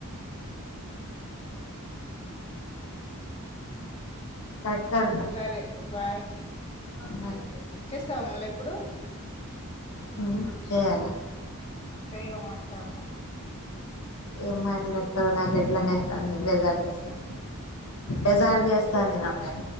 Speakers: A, on the left; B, on the left.
A: కట్కకర్ దాల్
B: సరే బాయ్
A: బాయ్.
B: చేస్తావా మళ్ళీ ఇప్పుడు
A: హా చేయాలా
B: హా చెయ్యే మాట్లాడుదాం.
A: ఏం మాట్లాడతావు నాకు ఎట్లనే అయితంది బెజార్గాసలు బెజార్ జేస్తాంది నాకు
B: బాయ్